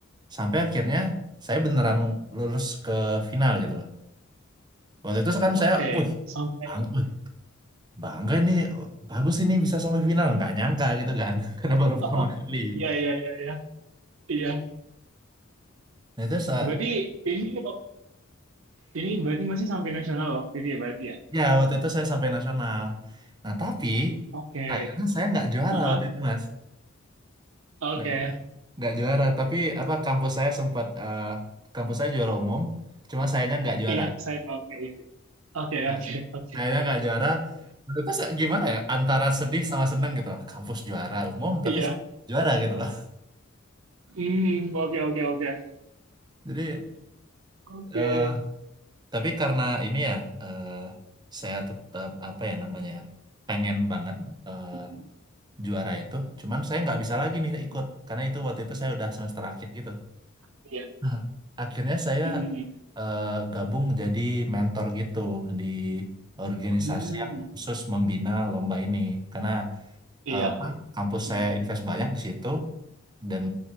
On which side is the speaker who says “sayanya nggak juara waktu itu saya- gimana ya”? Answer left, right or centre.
Right